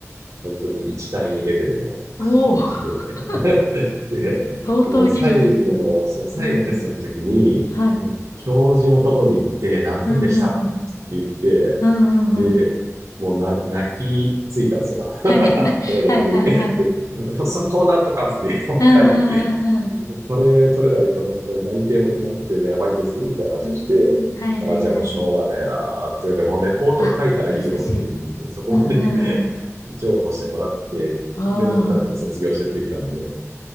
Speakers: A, on the right; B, on the left.
A: 本当に1単位レベルの
B: おお。
A: 形で。
B: <laughs>
A: <laughs> で、
B: 相当ギリギリ。
A: もう最後の、そう、最後のテストの時に、
B: うん。はい。
A: もう教授のとこに行って、何点でしたって言って、
B: うんうんうん。うんうんうん。
A: で、もうな、泣きついたんですよ。<laughs>
B: はい。
A: ダメだった時に。
B: <laughs> はいはいはい。
A: で、そこをなんとかっつって、
B: うんうんうん
A: 単位、もうこれ取れないと本当内定も決まっててやばいんですよ、みたいな話をして、
B: うん。うーん。はいはいはい。
A: あ、じゃあもうしょうがねえなーって、じゃあこのレポート書いたらいいよっていう、
B: あ、優しい。
A: そこまで
B: うんうんうん。
A: <laughs> 譲歩してもらって、
B: ああ、
A: で、なんとか卒業してできたんで、